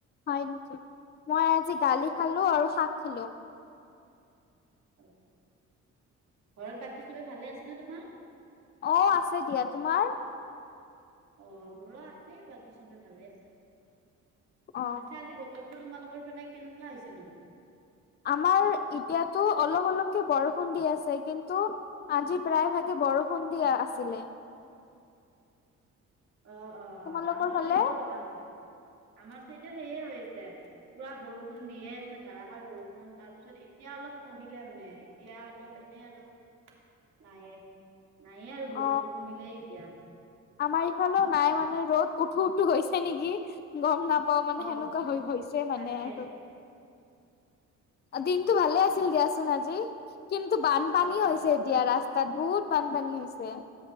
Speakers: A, on the left; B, on the right.
A: হয় নিকি, মই আজি দালি খালো আৰু শাক খালো।
B: ঘৰত বাকী চবে ভালে আছেনে তোমাৰ?
A: অঁ আছে দিয়া, তোমাৰ?
B: অঁ মোৰো আছে বাকী চবে ভালে আছে।
A: অ
B: পাছে আজি বতৰ- ত তোমালোকৰ পিনে কেনেকুৱা হৈছে নো?
A: আমাৰ এতিয়াতো অলপ অলপকে বৰষুণ দি আছে কিন্তু, - আজি প্ৰায় ভাগে বৰষুণ দিয়ে আছিলে।
B: অঁ অঁ
A: তোমালোকৰ
B: আমাৰ
A: ফালে
B: চাইডেও ৰবা, আমাৰ চাইডেও সেয়ে হৈ আছে। পুৰা বৰষুণ দিয়ে আছে ধাৰষাৰ বৰষুণ তাৰ পিছত এতিয়া অলপ কমিলে মানে। এয়া অলপ এনেই আৰু।
A: <inaudible>
B: নায়ে নায়ে আৰু বৰষুণটো
A: অ
B: কমিলে এতিয়া।
A: আমাৰ ইফালও নাই মানে ৰ'দ উঠো উঠো গৈ হৈছে নেকি। গম নাপাওঁ মানে
B: অ
A: সেনেকুৱা হৈ হৈছে মানে
B: তাকে
A: আৰু। দিনটো ভালে আছিল দিয়াচোন আজি, কিন্তু বানপানী
B: অ
A: হৈছে
B: অ
A: এতিয়া ৰাস- তাত বহুত বানপানী হৈছে।